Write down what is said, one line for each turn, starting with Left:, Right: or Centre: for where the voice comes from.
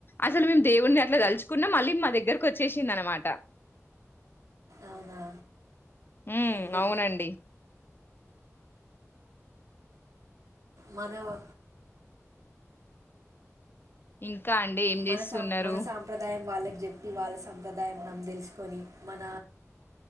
Left: అసలు మేము దే దేవుణ్ణి అట్లా తలుచుకున్నం హలీం మా దగ్గరకు వచ్చేసింది అనమాట
Right: అవునా
Left: ఉ
Right: అంటే
Left: అవునండి
Right: మన వా
Left: ఇంకా అండి ఏం చేస్తున్నరు
Right: మన సం మన సాంప్రదాయం వాళ్ళకి చెప్పి వాళ్ళ సంప్రదాయం మనం తెలుసుకొని మన